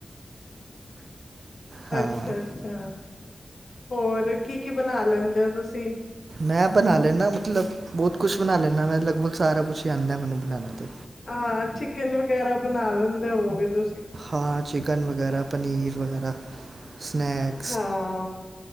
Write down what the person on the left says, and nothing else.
ਅੱਛਾ-ਅੱਛਾ। ਹੋਰ ਕੀ-ਕੀ ਬਣਾ ਲੈਂਦੇ ਹੋ ਤੁਸੀਂ?
ਆ ਚਿਕਨ ਵਗੈਰਾ ਬਣਾ ਲੈਂਦੇ ਹੋਵੋਗੇ ਤੁਸੀਂ?
ਹਾਂ